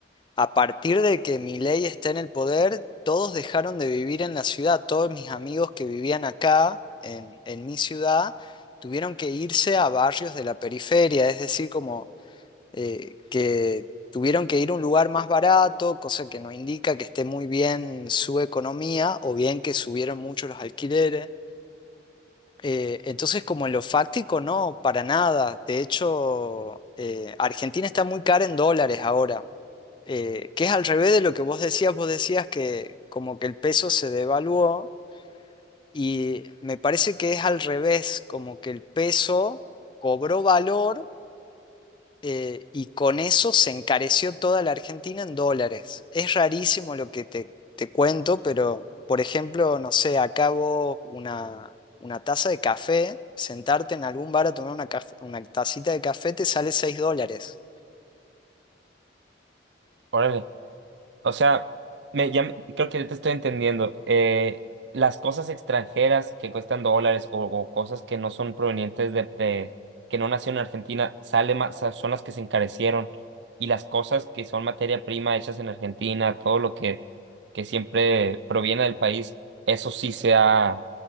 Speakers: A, on the left; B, on the right.
A: A partir de que Milei está en el poder, todos dejaron de vivir en la ciudad. Todos mis amigos que vivían acá, en, en mi ciudad, tuvieron que irse a barrios de la periferia, es decir, como eh, que tuvieron que ir a un lugar más barato, cosa que no indica que esté muy bien su economía, o bien que subieron mucho los alquileres. Eh, entonces, como en lo fáctico, no, para nada. De hecho, eh, Argentina está muy cara en dólares ahora eh, que es al revés de lo que vos decías, vos decías que como que el peso se devaluó y me parece que es al revés, como que el peso cobró valor eh, y con eso se encareció toda la Argentina en dólares. Es rarísimo lo que te, te cuento, pero por ejemplo, no sé, acabo una, una taza de café, sentarte en algún bar a tomar una, caf- una tacita de café te sale 6 dólares.
B: Órale. O sea, me, ya, me- creo que te estoy entendiendo. Eh, las cosas extranjeras que cuestan dólares o, o cosas que no son provenientes de, de- que no nacieron en Argentina, sale más, sa- son las que se encarecieron. Y las cosas que son materia prima hechas en Argentina, todo lo que, que siempre proviene del país, eso sí se ha